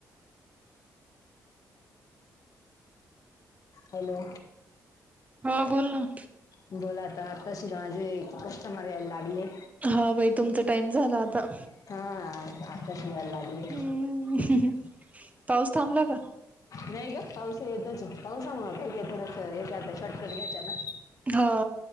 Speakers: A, on the left (about 60°); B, on the right (about 20°).
A: हॅलो.
B: हं. बोल ना.
A: बोल आता. आत्ताशी माझे कस्टमर यायला लागले.
B: हा. बाई तुमच टाइम झाला आता.
A: हां. आत्ताशी यायला लागले.
B: हम्म पाऊस थांबला का?
A: नाही ग. पाऊस येतोच ये पावसामुळे काय काय का थोडस येत आता. शॉर्टकट घ्येता ना?
B: हो.